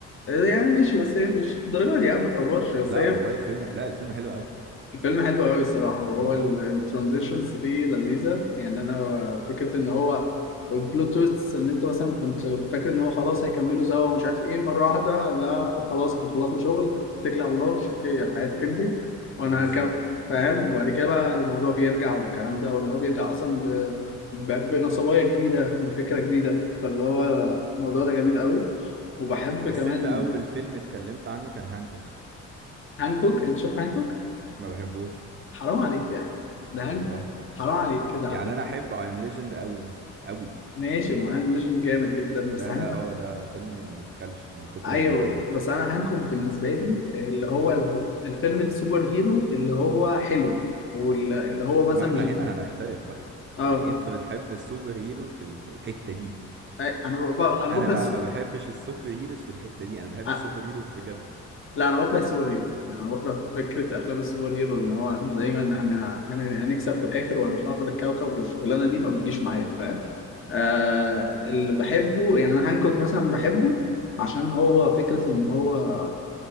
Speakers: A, on the left; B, on the right.
A: يعني ماشي بس هي مش الدرجه دي يا عم ما تقفرش بس
B: لا
A: هي
B: والله الفيلم لا الفيلم حلو أوي
A: الفيلم حلو قوي الصراحة وهو
B: امم
A: الترانزيشنز دي لذيذة يعني أنا فكرة إن هو والبلوت تويست إن أنت مثلا كنت فاكر إن هو خلاص هيكملوا سوا ومش عارف إيه مرة واحدة لا خلاص إحنا خلصنا شغل اتكلي على الله شوفي حياتك أنت وأنا
B: بالظبط
A: هكمل فاهم وبعد كده بقى الموضوع بيرجع والكلام ده وإن هو بيرجع أصلا ب... ب... بنصبايا جديدة بفكرة جديدة فاللي هو الموضوع ده جميل قوي وبحب
B: بس
A: كمان
B: أنت أول فيلم اتكلمت عنه كان هانكوك
A: هانكوك أنت شفت هانكوك؟
B: ما بحبوش
A: حرام عليك يا أخي ده
B: والله
A: هانكوك حرام عليك كده
B: يعني أنا أحب أي أم ليجند أوي مثلا أوي
A: ماشي ما انا ليجند جامد جدا بس
B: ده
A: هانك
B: ده أه ده فيلم متخلف من كتر
A: ايوه
B: جمدانه
A: بس انا هانكوك بالنسبه لي اللي هو ال- الفيلم السوبر هيرو اللي هو حلو واللي هو مثلا
B: ما إحنا
A: مش
B: هنا هنختلف بقى
A: اه
B: يعني أنت بتحب السوبر هيرو في ال- في الحتة دي
A: أي- انا ب... انا
B: أنا
A: بكره
B: بقى
A: الس...
B: ما بحبش السوبر هيروز في الحتة دي أنا بحب
A: آه،
B: السوبر هيروز بجد
A: لا انا بكره السوبر هيرو يعني انا بكره فكره افلام السوبر هيرو ان هو دايما هن... هن... هنكسب في الاخر وهنحرر الكوكب والشغلانه دي ما بتجيش معايا فاهم آه... اللي بحبه يعني انا هانكوك مثلا بحبه عشان هو فكره ان هو